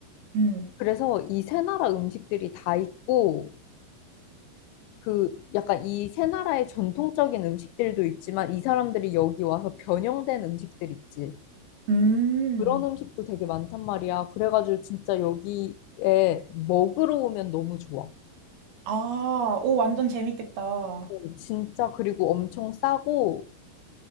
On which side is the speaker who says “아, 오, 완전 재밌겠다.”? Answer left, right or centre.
Right